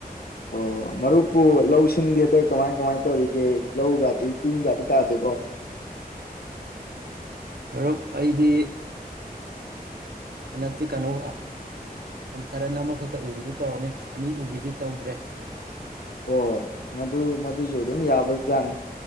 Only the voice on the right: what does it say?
ꯃꯔꯨꯞ ꯑꯩꯗꯤ ꯍꯟꯗꯛꯇꯤ ꯀꯩꯅꯣ ꯇꯔꯦꯟ ꯑꯃꯈꯛꯇ ꯎꯕꯤꯗꯨ ꯇꯧꯔꯅꯤ ꯑꯅꯤ ꯎꯕꯤꯗꯤ ꯇꯧꯗ꯭ꯔꯦ